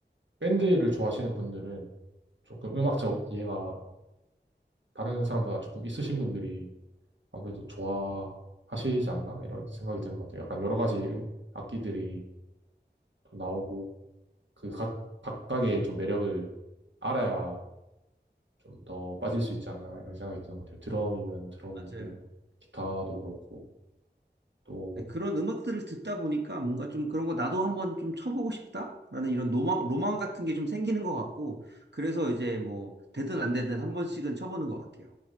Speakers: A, on the right; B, on the right.
A: 밴드를 좋아하시는 분들은 조금 음악적 이해가 다른 사람보다 조금 있으신 분들이 아무래도 좋아하시지 않나? 이런 생각이 드는 것 같아요. 약간 여러 가지 음, 악기들이 또 나오고 그 각, 각각의 좀 매력을 알아야 좀 더 빠질 수 있지 않나? 이런 생각이 드는 것 같아요. 드럼이면 드럼이고,
B: 맞아요.
A: 기타도 그렇고, 또,
B: 네, 그런 음악들을 듣다 보니까 뭔가 좀 그런 거 나도 한번 좀 쳐보고 싶다라는 이런 로망, 로망 같은 게 좀 생기는 것 같고, 그래서 이제 뭐, 되든 안 되든 한 번씩은 쳐보는 것 같아요.